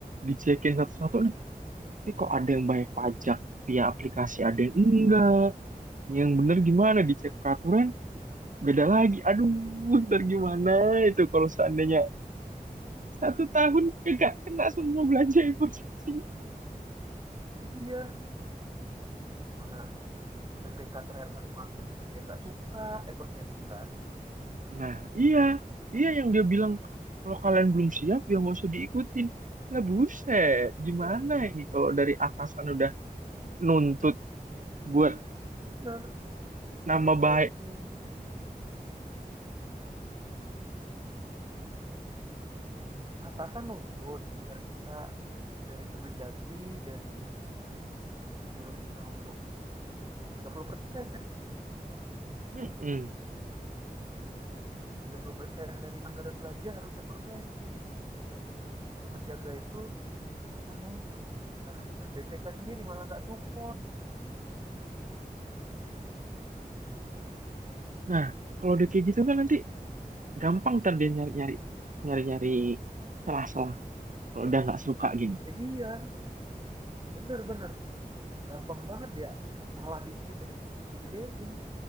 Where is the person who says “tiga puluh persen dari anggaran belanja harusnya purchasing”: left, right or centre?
Right